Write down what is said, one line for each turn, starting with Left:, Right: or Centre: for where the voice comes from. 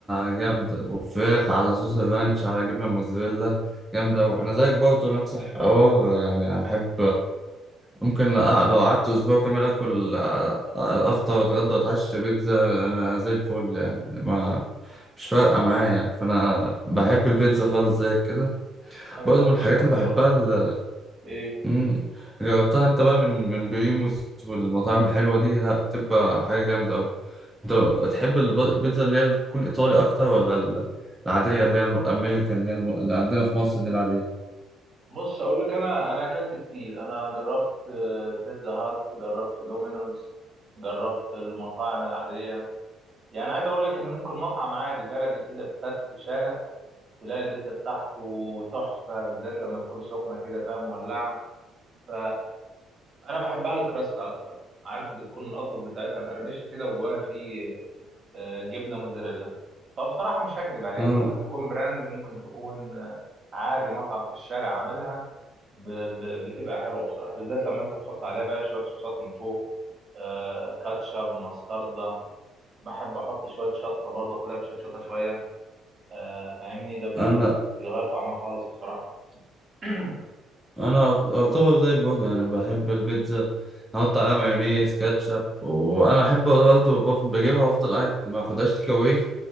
Centre: جامدة وفراخ على صوص الرانش على جبنة موزاريلا جامدة أوي أنا زيك برضه نفس الحوار يعني أحب ممكن أ- لو قعدت اسبوع كامل اكل أ- أ- افطر واتغدى واتعشى بيتزا انا زي الفل يعني ما مش فارقه معايا يعني فانا بحب البيتزا خالص زي كده
Right: انا
Centre: برضه
Right: ذاك
Centre: من الحاجات
Right: بالظبط
Centre: اللي
Right: برضه
Centre: بحبها ال-
Right: ايه
Centre: مم. جربتها انت بقى من من بريموز والمطاعم الحلوه دي لا بتبقى حاجه جامده قوي انت تحب الب- البيتزا اللي هي اللي تكون ايطالي اكتر ولا ال- العاديه اللي هي الامريكان اللي هي الم- اللي عندنا في مصر دي العاديه
Right: بص اقول لك انا انا اكلت كتير انا جربت آه، بيتزا هات جربت دومينوز جربت المطاعم العاديه يعني عايز اقول لك ان ممكن مطعم عادي بلدي كده فتح في شارع تلاقي البيتزا بتاعته تحفه بالذات لما تكون سخنه كده فاهم مولعه ف انا بحبها الكراست اكتر عارف بتكون الاطراف بتاعتها مقرمشه كده وجواها فيه آه، جبنه موتزاريلا فبصراحه مش هكدب عليك
Centre: اه
Right: ممكن تكون براند ممكن تكون آه، عادي مطعم في الشارع عاملها ب- ب- بتبقى حلوه بصراحه بالذات لما انت تحط عليها بقى شويه صوصات من فوق آه، كاتشب مستردة بحب احط شويه شطه برضه اخليها مشطشطه شويه آه، فاهمني ده بي-
Centre: انا
Right: بيغير طعمها خالص بصراحه <clears throat>
Centre: انا اعتبر زيك برضه يعني بحب البيتزا احط عليها مايونيز كاتشب وانا احب برضه بف- بجيبها وافضل قاعد ما اخدهاش تيك اواي